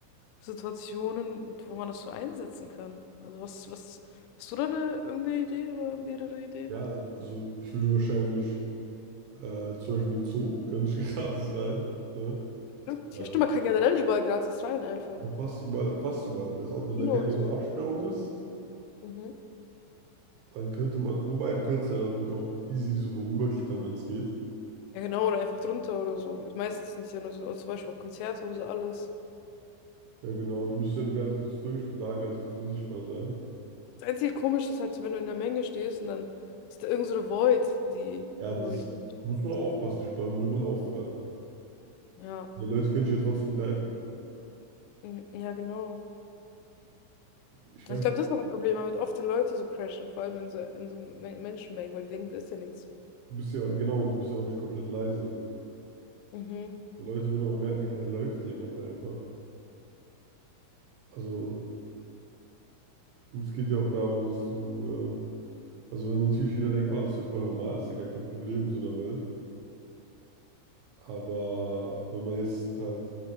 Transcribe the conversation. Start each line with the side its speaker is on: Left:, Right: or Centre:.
Left: Situationen, wo man das so einsetzen kann. Also was, was, hast du da eine irgendeine Idee oder mehrere Ideen?
Right: Ja, also ich würde wahrscheinlich Äh, zum Beispiel in den Zoo, können nicht <laughs> gratis rein. Ne?
Left: Ja, stimmt,
Right: Ähm,
Left: man kann generell überall gratis rein einfach.
Right: ja, fast überall, fast überall. Auch wenn
Left: Kino
Right: da keine
Left: und so.
Right: so Absperrung ist,
Left: Mhm.
Right: dann könnte man, wobei du könntest ja dann auch easy so worüber klettern, wenn es geht.
Left: Ja genau, oder einfach drunter oder so. Ist Meistens nicht ja nur so, zum Beispiel auch Konzerte und so alles.
Right: Ja, genau, du müsstest ja nur ganz kurz durch und da ganz kurz unsichtbar sein.
Left: Das einzige Komische ist halt so, wenn du in der Menge stehst und dann ist da irgend so eine Void, die,
Right: Ja,
Left: wo
Right: das
Left: du nicht durchkommst.
Right: muss man aufpassen, ich glaube, dann würde man auffallen.
Left: Ja,
Right: Die Leute können dich ja trotzdem greifen.
Left: mhm, ja genau.
Right: Ich weiß
Left: Ich glaube,
Right: nicht,
Left: das ist auch ein Problem, weil mit oft den Leute so crashen, vor allem in so, in so Men- Menschenmengen, weil die denken, da ist ja nichts.
Right: du bist ja, genau, und du bist ja auch nicht komplett leise.
Left: Mhm.
Right: So Leute würden auch merken, hey, da läuft jemand einfach. Also, und es geht ja auch darum, dass du, ähm, Also wenn natürlich jeder denkt, ah, das ist ja voll normal, ist ja gar kein Problem in so einer Welt. Aber wenn man jetzt halt,